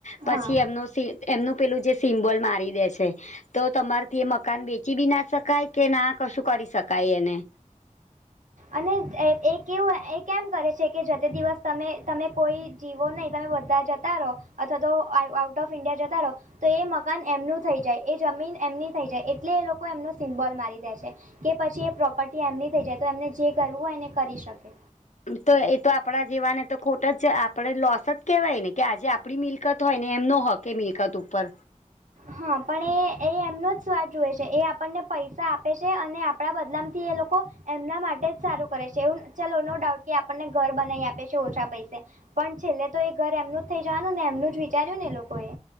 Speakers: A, on the left; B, on the right.
A: પછી
B: હા
A: એમનું સી એમનું પેલું જે સિમ્બોલ મારી દે છે. તો તમાર થી એ મકાન વેચી બી ના શકાય કે ના કશું કરી શકાય એને
B: અને એ કેવું એ કેમ કરે છે કે જતે દિવસ તમે તમે કોઈ જીવો નહીં તમે બધા જ જતારો અથવા તો આઉટ ઓફ ઇન્ડિયા જતા રહો. તો એ મકાન એમનું થઈ જાય એ જમીન એમની થઈ જાય એટલે એ લોકો એમનો સિમ્બોલ મારી દે છે. કે પછી એ પ્રોપર્ટી એમની થઇ જાય તો એમને જે કરવું હોય એને કરી શકે.
A: તો એ તો આપણા જીવાને તો ખોટ જ આપણે લોસ જ કેહેવાય ને કે આજે. આપણી મિલકત હોય ને એમનો હક મિલકત ઉપર.
B: હા પણ એ એમનો જ સ્વાદ જુવે છે. એ આપણને પૈસા આપે છે. અને. આપણા બદલામથી એ લોકો એમના માટે જ સારું કરે છે એવું ચાલો નો ડાઉટ કે આપણને ઘર બનાવી આપે. ઓછા પૈસે પણ છેલ્લે તો એ ઘર એમનું જ થઇ જવાનું ને એમનું જ વિચાર્યું ને લોકો એ.